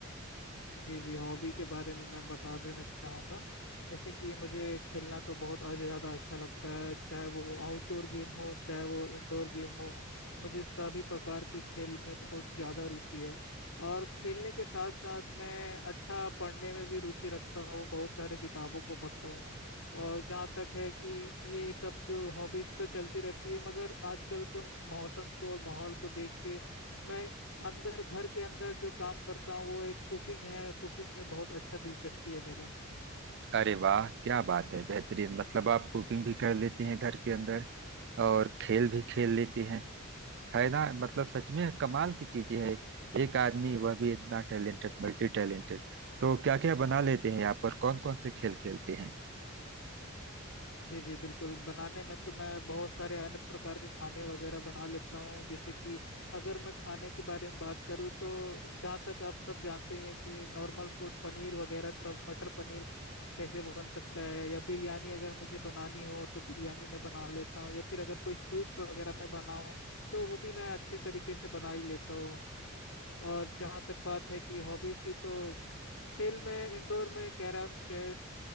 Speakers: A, on the left; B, on the right.
A: जी जी हॉबी के बारे में मैं बता देना चाहूँगा जैसे कि मुझे खेलना तो बहुत आज ज़्यादा अच्छा लगता है चाहे वो आउटडोर गेम हो चाहे वो इंडोर गेम हो मुझे सभी प्रकार के खेल में बहुत ज़्यादा रुचि है और खेलने के साथ साथ मैं अच्छा पढ़ने में भी रुचि रखता हूँ बहुत सारे किताबों को पढ़ता हूँ और जहाँ तक है कि ये सब जो हॉबीज तो चलती रहती है मगर आजकल के मौसम को और माहौल को देख के मैं अंदर घर के अंदर जो काम करता हूँ वो एक कुकिंग है कुकिंग में बहुत अच्छा दिलचस्पी है मेरा
B: अरे वाह क्या बात है बेहतरीन मतलब आप कुकिंग भी कर लेती हैं घर के अंदर और खेल भी खेल लेती हैं है ना मतलब सच में कमाल की चीजें है एक आदमी वह भी इतना टैलेंटेड मल्टी टैलेंटेड तो क्या क्या बना लेते हैं आप और कौन कौन से खेल खेलते हैं
A: जी जी बिल्कुल बनाने में तो मैं बहुत सारे अन्य प्रकार के खाने वगैरह बना लेता हूँ जैसे कि अगर मैं खाने के बारे में बात करूँ तो जहाँ तक आप सब जानते हैं कि नॉर्मल फूड पनीर वगैरह सब मटर पनीर कैसे बन सकता है या बिरयानी अगर मुझे बनानी हो तो बिरयानी मैं बना लेता हूँ या फिर अगर कोई स्वीट्स वगैरह मैं बनाऊँ तो वो भी मैं अच्छे तरीके से बना ही लेता हूँ और जहाँ तक बात है कि हॉबीज़ की तो खेल में इंडोर में कैरम चेस